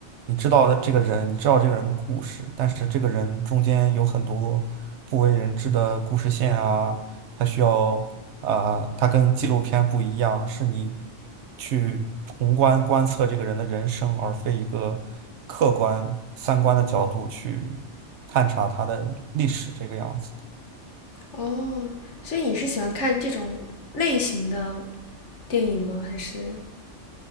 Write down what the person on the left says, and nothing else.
哦，所以你是喜欢看这种类型的电影吗？还是